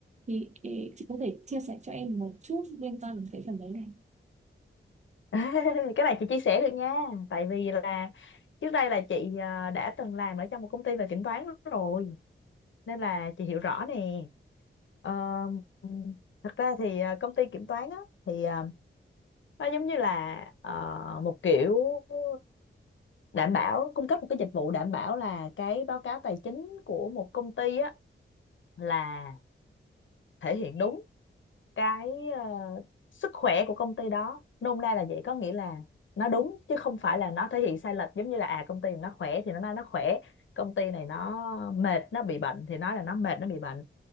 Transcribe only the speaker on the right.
thì ý, chị có thể chia sẻ cho em một chút liên quan đến cái phần đấy này